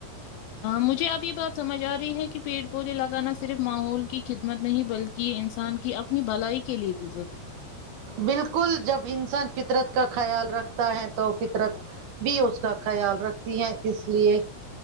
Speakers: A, on the left; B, on the right.
A: مجھے اب یہ بات سمجھ آ رہی ہے کہ پیڑ پودے لگانا صرف ماحول کی خدمت نہیں بلک کہ انسان کی اپنی بھلائی کے لیے بھی ضروری ہے
B: بالکل جب انسان فطرت کا خیال رکھتا ہے تو فطرت بھی اس کا خیال رکھتی ہیں اس لیے